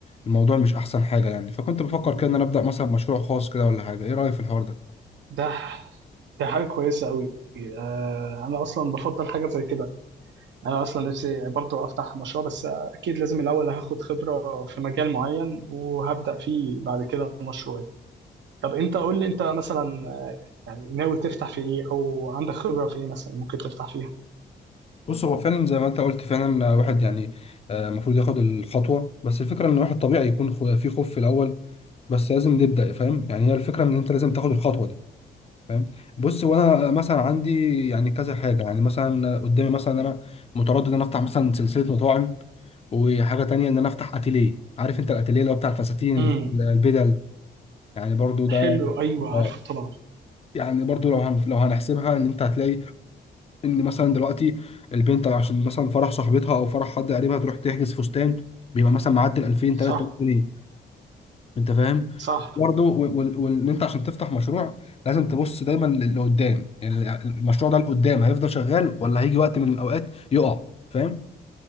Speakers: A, on the left; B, on the right.
A: الموضوع مش احسن حاجه يعني فكنت بفكر كده ان انا ابدا مثلا مشروع خاص كده ولا حاجه ايه رايك في الحوار ده
B: ده ده حاجة كويسة أوي آه أنا أصلا بفضل حاجة زي كده أنا أصلا نفسي برضو أفتح مشروع بس أكيد لازم الأول هاخد خبرة في مجال معين وهبدأ فيه بعد كده مشروعي طب أنت قول لي أنت مثلا يعني ناوي تفتح في إيه أو عندك خبرة في إيه مثلا ممكن تفتح فيها
A: بص هو فعلا زي ما انت قلت فعلا الواحد يعني آه، المفروض ياخد الخطوه بس الفكره ان الواحد طبيعي يكون خو- في خوف في الاول بس لازم نبدا فاهم يعني هي الفكره ان انت لازم تاخد الخطوه دي فاهم بص وانا مثلا عندي يعني كذا حاجه يعني مثلا قدامي مثلا انا متردد ان انا افتح مثلا سلسله مطاعم وحاجه تانية ان انا افتح اتيليه عارف انت الاتيليه اللي هو بتاع الفساتين
B: امم
A: بتاع البدل يعني برضو ده
B: حلو أيوه
A: آه،
B: عارفه طبعا
A: يعني برضو لو هن... لو هنحسبها ان انت هتلاقي ان مثلا دلوقتي البنت عشان مثلا فرح صاحبتها او فرح حد قريبها تروح تحجز فستان بيبقى مثلا معدل 2000
B: صح
A: 3000 جنيه انت فاهم
B: صح
A: برضه وان انت عشان تفتح مشروع لازم تبص دايما لقدام يعني المشروع ده لقدام هيفضل شغال ولا هيجي وقت من الاوقات يقع فاهم